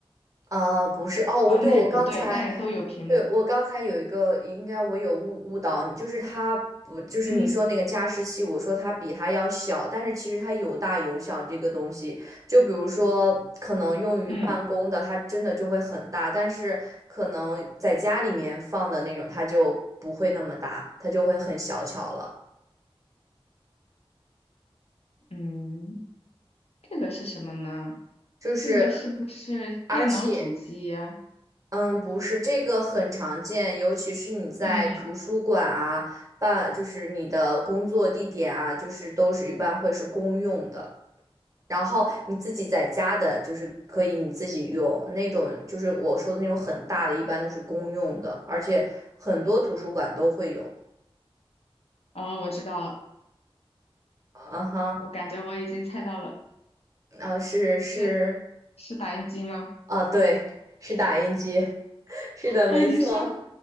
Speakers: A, on the right; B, on the left.
A: 啊，不是哦，我对我刚才，
B: 哦，那也不对，那也都有屏幕。
A: 对我刚才有一个，应该我有误误导你，就是它不，就是你说那个加湿器，
B: 嗯
A: 我说它比它要小，但是其实它有大有小这个东西。就比如说，可能用于办公的，
B: 嗯
A: 它真的就会很大，但是可能在家里面放的那种，它就不会那么大，它就会很小巧了。
B: 嗯，这个是什么呢？
A: 就是，
B: 这个是不是电脑主机呀？
A: 而且。嗯，不是，这个很常见，尤其是你在图书馆啊，
B: 嗯，
A: 办，就是你的工作地点啊，就是都是一般会是公用的。然后你自己在家的，就是可以你自己用那种，就是我说的那种很大的，一般都是公用的，而且很多图书馆都会有。
B: 哦，我知道了，
A: 啊哈，
B: 我感觉我已经猜到了，
A: 啊是是，
B: 是是打印机吗？
A: 啊对，是打印机，<laughs> 是的，
B: 啊，
A: 没错，
B: 你说